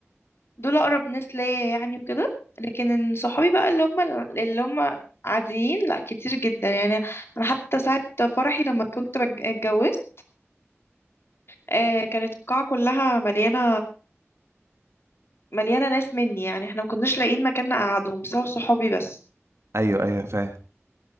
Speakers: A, on the left (about 60°); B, on the right (about 70°).
A: دول أقرب ناس ليا يعني وكده لكن إن صحابي بقى اللي هم اللي هم عاديين لا كتير جدا يعني أنا حتى ساعة فرحي لما كنت بتج- اتجوزت آه، كانت القاعة كلها مليانة مليانة ناس مني يعني احنا ما كناش لاقيين مكان نقعدهم بسبب صحابي بس
B: ايوه ايوه فاهم